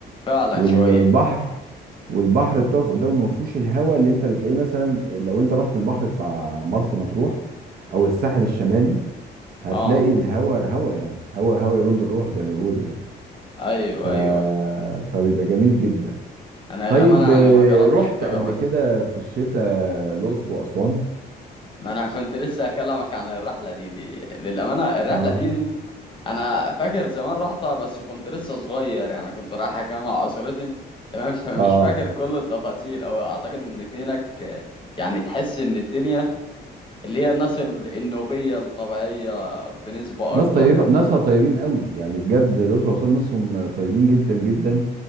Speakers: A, on the left; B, on the right.
A: فعلا
B: وال-
A: شوية
B: والبحر والبحر بتقف قدامه ما فيهوش الهواء اللي انت بتلاقيه مثلا لو انت رحت البحر بتاع مرسى مطروح او الساحل الشمالي هتلاقي
A: اه
B: الهواء هواء يعني هواء هواء يرد الروح زي ما بيقولوا يعني
A: ايوه
B: ف...
A: ايوه
B: فبيبقى جميل جدا
A: انا
B: طيب
A: للامانه يعني
B: آه،
A: ما جربتش
B: رحت
A: التجربه
B: قبل
A: دي
B: كده في الشتاء الاقصر واسوان
A: ما انا كنت لسه هكلمك عن الرحله دي دي للامانه الرحله
B: اه
A: دي, دي انا فاكر زمان رحتها بس كنت لسه صغير يعني كنت رايحه كده مع اسرتي تمام <laughs> فمش
B: اه
A: فاكر كل التفاصيل او اعتقد ان في هناك آه، يعني تحس ان الدنيا اللي هي الناس ال- النوبيه الطبيعيه بنسبه
B: ناس
A: اكبر
B: طيبة
A: يعني
B: ناسها طيبين قوي يعني بجد الأقصر وأسوان ناسهم طيبين جدا جدا